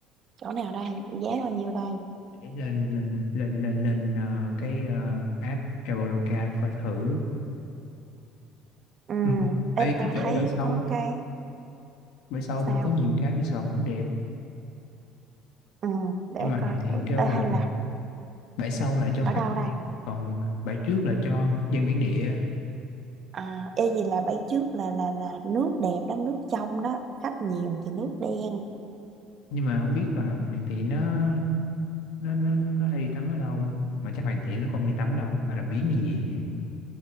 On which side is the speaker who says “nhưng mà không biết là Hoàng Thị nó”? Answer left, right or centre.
Left